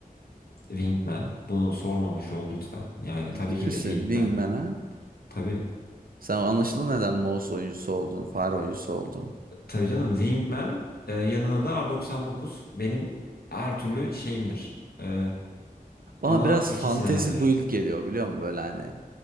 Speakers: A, on the left; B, on the right.
A: Wingman. Bunu sormamış ol lütfen. Yani
B: Ciddi
A: tabii ki
B: misin?
A: de Wingman.
B: Wingman'a?
A: Tabii.
B: Sen anlaşılan neden mouse oyuncusu oldun, fare oyuncusu oldun.
A: Tabii canım Wingman e, yanına da R99 benim her türlü şeyimdir. E,
B: Bana
A: ana
B: biraz
A: iki
B: fantasy
A: silahımdır.
B: build geliyor biliyor musun böyle hani.